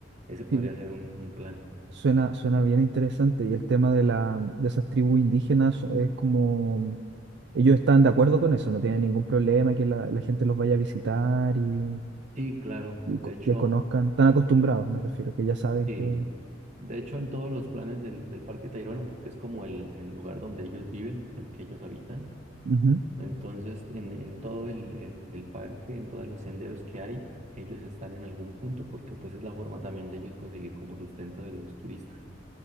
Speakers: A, on the right (about 40°); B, on the right (about 60°).
A: Ese podría
B: sí.
A: ser un, un plan.
B: Suena, suena bien interesante. Y el tema de la, de esas tribus indígenas es como ellos están de acuerdo con eso, no tienen ningún problema que la, la gente los vaya a visitar y,
A: Sí, claro.
B: y,
A: De
B: co-
A: hecho,
B: y conozcan, están acostumbrados, me refiero, que ya saben
A: sí.
B: que.
A: De hecho, en todos los planes del, del Parque Tayrona, porque es como el, el lugar donde ellos viven, el que ellos habitan,
B: Ujú.
A: Entonces, en, en todo el, el- el parque, en todos los senderos que hay, ellos están en algún punto porque pues es la forma también de ellos conseguir como sustento de los turistas.